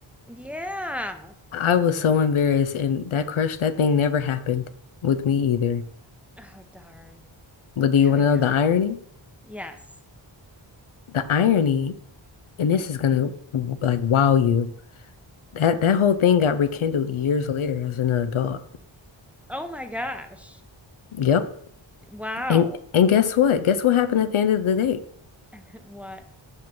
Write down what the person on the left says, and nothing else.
I was so embarrassed and that crush, that thing never happened with me either.
But do you
want to
know the irony?
The irony, and this is gonna like wow you. That that whole thing got rekindled years later as an adult.
Yep.
And and guess what? Guess what happened at the end of the day?